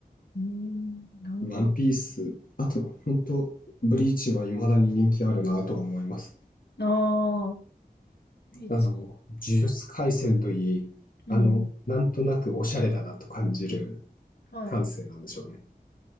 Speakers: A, on the left; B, on the left.
A: うーん、なるほど。
B: な。ワンピース、あと、本当ブリーチはいまだに人気あるなとは思います。
A: ああ、いいで
B: あの、呪術廻戦といい、
A: うん。
B: あの、なんとなくおしゃれだなと感じる
A: はい。
B: 感性なんでしょうね。